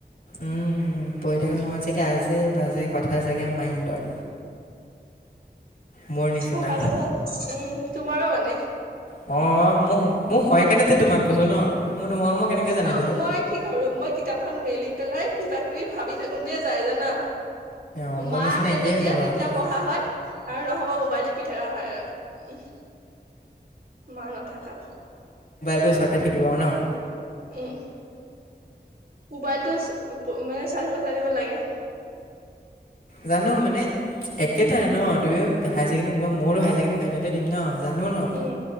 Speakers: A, on the left; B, on the right.
A: উম, পঢ়ি থাকা সময়ত চাগে আজে বাজে কথা চাগে মাইণ্ডত মোৰ নিচিনা
B: পঢ়া কথা উম, তোমাৰো মানে।
A: অ', মোৰ মোৰ হয় কানেটো তোমাক কৈছোঁ ন মোৰ নোহোৱা মই কেনেকৈ জানিলোঁ
B: অ',
A: হয়
B: মই কি কৰো মই কিতাপখন মেলিম পেলাই কিবা কিবি ভাবি থাকোতে দে যাই জানা।
A: অঁ মোৰ
B: মা
A: নিচিনা
B: আহে
A: একেই
B: যেতিয়া
A: স্বভাৱ
B: তেতিয়া
A: সেইকাৰণে
B: পঢ়া হয় আৰু নহবা মোবাইল টিপি থকা হয় আৰু। উমহ, মা নাথাকাত
A: তোৰ ওচৰতে থাকিব আও ন'।
B: উমহ, মোবাইলটোছ প, মানে চাই থাকো চাই থাকো লাগে। <inaudible>
A: জানো মানে একেটাই ন' তুমিও হায় ছেকেণ্ডৰী দিবা মইয়ো হায় ছেকেণ্ডী ফাইনেলটো দিম ন'। জানো ন'।
B: উম